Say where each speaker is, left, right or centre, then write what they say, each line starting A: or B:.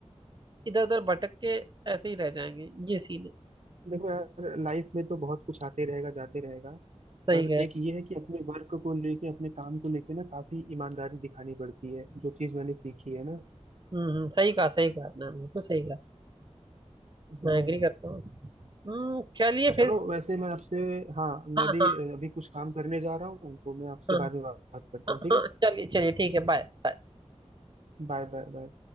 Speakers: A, on the right; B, on the right.
A: इधर उधर भटक के ऐसे ही रह जाएंगे ये सीन है
B: देखो यार लाइफ में तो बहुत कुछ आते रहेगा जाते रहेगा
A: सही
B: पर
A: कह
B: एक ये है कि अपने वर्क को लेके अपने काम को लेके ना काफी ईमानदारी दिखानी पड़ती है जो चीज मैंने सीखी है ना
A: हम्म हम्म, सही कहा सही कहा आपने बिल्कुल सही कहा
B: हाँ
A: मैं एग्री करता हूँ हम्म चलिए
B: चलो
A: फिर
B: वैसे मैं आपसे हाँ
A: हाँ
B: मैं भी
A: हाँ
B: अ, अभी कुछ काम करने जा रहा हूँ तो मैं आपसे
A: हाँ
B: बाद में बात करता
A: हाँ
B: हूँ ठीक
A: हाँ
B: है
A: चलिए चलिए ठीक है Bye bye
B: Bye bye bye